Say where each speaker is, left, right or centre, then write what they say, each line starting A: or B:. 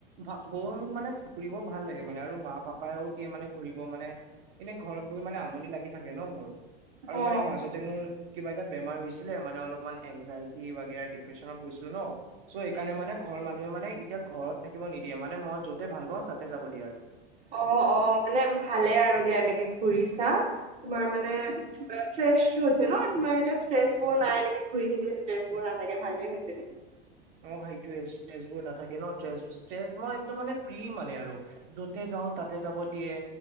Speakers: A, on the right (about 60°); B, on the right (about 20°).
A: ভা গৰমত মোক মানে ফুৰিব ভাল লাগে মানে, আৰু মা পাপাইও দিয়ে মানে ঘুৰিব মানে এনে ঘৰত বহি মানে আমনি লাগি থাকে ন মোৰ, আৰু
B: অ
A: মানে মাজত তে মোৰ কিবা এটা বেমাৰ হৈছিলে মানে অলপমান এনজাইটি বাগেৰা ডিপ্ৰেচনত গৈছিলোঁ ন চ' সেইকাৰণে মানে ঘৰৰ মানুহে মানে এতিয়া ঘৰত থাকিব নিদিয়ে মানে মই য'তে ভাল পাওঁ তাতে যাব দিয়ে আৰু।
B: অ', অ', মানে ভালে আৰু দিয়া এনেকে ঘূৰিছা তোমাৰ মানে ফ্ৰেচ হৈছে ন তোমাৰ এতিয়া ষ্ট্ৰেচ বোৰ নাই এনেকে ঘুৰি থাকিলে ষ্ট্ৰেছ বোৰ নাথাকে, ভালেই হৈছে দি
A: অ', সেইটোয়ে ষ্ট্ৰেচ বোৰ নাথাকে ন, ষ্ট্ৰেচ, মই একদম মানে ফ্ৰী মানে আৰু। য'তে যাওঁ তাতে যাব দিয়ে,